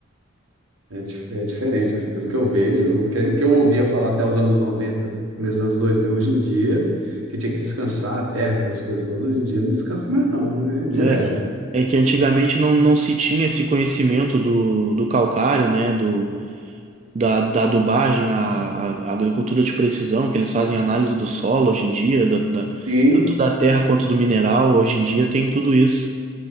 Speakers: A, on the right; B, on the right.
A: É, dif- é diferente, assim, pelo que eu vejo, o que, a gente- que eu ouvia falar até os anos 90 começo dos anos 2000 hoje em dia, que tinha que descansar a terra, aquelas coisas todas, hoje em dia não descansa mais, não, é direto.
B: É que, é que antigamente não, não se tinha esse conhecimento do, do calcário, né? Do, da, da adubagem, a, a, a agricultura de precisão, que eles fazem análise do solo hoje em dia, da, da-
A: Sim.
B: tanto da terra quanto do mineral. Hoje em dia tem tudo isso.